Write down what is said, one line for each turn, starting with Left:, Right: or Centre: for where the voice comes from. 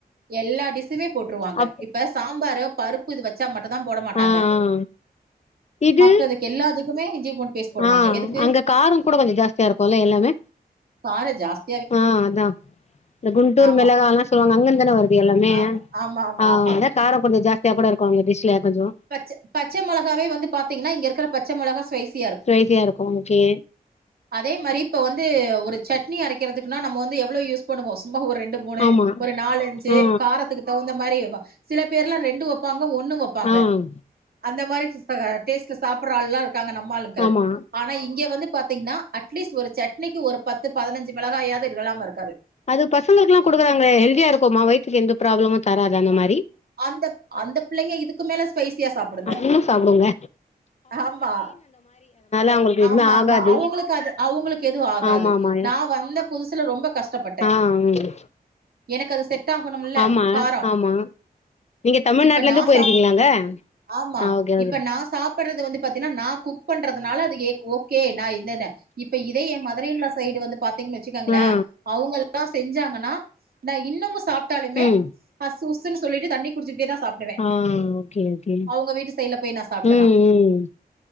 Right: எல்லா டிஷ்ஷுமே போட்டுருவாங்க
Left: அப்
Right: இப்ப சாம்பாரு பருப்பு இது வச்சா மட்டுதா போட மாட்டாங்க
Left: ஆ ஆ இது
Right: மத்ததுக்கு எல்லாதுக்குமே இஞ்சி பூண்டு பேஸ்ட் போடுவாங்க
Left: ஆ
Right: எதுக்கு
Left: அங்க காரோ கூட கொஞ்சோ ஜாஸ்தியா இருக்குல்ல எல்லாமே
Right: கார ஜாஸ்
Left: ஆ அதா இந்த குண்டூர்
Right: ஆமா
Left: மெளகாலா சொல்லுவாங்க அங்க இருந்து தான வருது எல்லாமே
Right: ஆமா ஆமா ஆமா
Left: ஆக
Right: ஆமா
Left: காரோ கொஞ்சோ ஜாஸ்தியா கூட இருக்கு அங்க டிஷ்ல கொஞ்சோ
Right: பச்ச பச்ச மொளகாவே வந்து பாத்தீங்கன்னா இங்க இருக்கிற பச்ச மொளகா சைஸ்
Left: ட்ரேசியா இருக்கு ஓகே
Right: அதே மாதிரி இப்ப வந்து ஒரு சட்னி அரைக்கிறதுக்குன்னா நம்ம வந்து எவ்ளோ யூஸ் குக் பண்ணுவோ சும்மா ஒரு ரெண்டு மூணு
Left: ஆமா
Right: ஒரு நாலு அஞ்சு
Left: ஆ
Right: காரத்துக்கு தகுந்த மாரி இவா சில பேர்லா ரெண்டு வப்பாங்க ஒன்னு வப்பாங்க
Left: ஆ
Right: அந்த மாரி சிஸ்டங்க டேஸ்ட்ல சாப்பிடுற ஆள்லா இருக்காங்க நம்ம ஆளுக்கள்
Left: ஆமா
Right: ஆ ஆனா இங்க வந்து பாத்தீங்கன்னா அட்லீஸ்ட் ஒரு சட்னிக்கு ஒரு பத்து பதினஞ்சு மெளகாயாது இல்லாம இருக்காது
Left: அது பசங்களுக்குகெல்லா குடுக்குறாங்களே ஹெல்தியா இருக்குமா வயித்துக்கு எந்த பிராப்ளமும் தராது அந்த மாரி
Right: அந்தப் அந்த பிள்ளைங்க இதுக்கு மேல ஸ்பைசியா சாப்பிடுங்க
Left: நீங்களு சாப்பிடுங்க
Right: ஆமா
Left: அவங்களுக்கு எதுமே
Right: ஆமா
Left: ஆகாது
Right: ஆமா அவுங்களுக்கு அது அவுங்களுக்கு கெதும் ஆகாது
Left: ஆமா ஆமா
Right: நா வந்த புதுசுல ரொம்ப கஷ்டப்பட்டே
Left: ஆ ம்
Right: எனக்கு அது செட் ஆகணும்ல
Left: ஆமா
Right: காரோ
Left: ஆமா நீங்க தமிழ்நாட்டுல
Right: இப்ப நா
Left: இருந்து போயிருக்கீங்களாங்க
Right: சாப் ஆமா
Left: ஆ ஓகே
Right: இப்ப
Left: ஓகே
Right: நா சாப்பிடுறது வந்து பாத்தீனினா நா குக் குக் பண்றதுனால அது ஏக் ஓகே நா இல்லல்ல இப்ப இதே ஏன் மதர் இன் லா சைடு வந்து பாத்தீங்கன் வச்சுகங்களே
Left: ஆ
Right: அவங்க எல்லா செஞ்சாங்கன்னா நா இன்னமு சாப்பிட்டாலுமே
Left: ம்
Right: அஸ் உஸ் னு சொல்லிட்டு தண்ணி குடிச்சக்கிட்டே தா சாப் டுவே
Left: ஆ ஓகே ஓகே
Right: அவங்க வீட்டு சைடுல போய் நா சாப்பிட்டனா
Left: ம் ம்